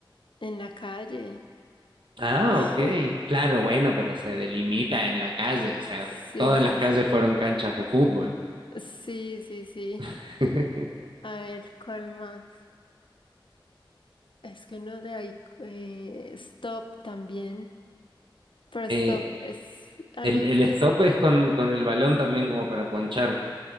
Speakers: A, on the left; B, on the right.
A: en la calle.
B: Ah,
A: <laughs>
B: ok. Claro, bueno, pero se delimita en la calle, o sea,
A: Sí,
B: todas
A: sí,
B: las calles
A: sí.
B: fueron canchas de fútbol.
A: Sí, sí, sí.
B: <laughs>
A: A ver, ¿cuál más? Es que no de ahí. eh, stop también. Pero
B: Eh,
A: stop es algo.
B: el,
A: s-
B: el stop es con, con el balón también como para ponchar,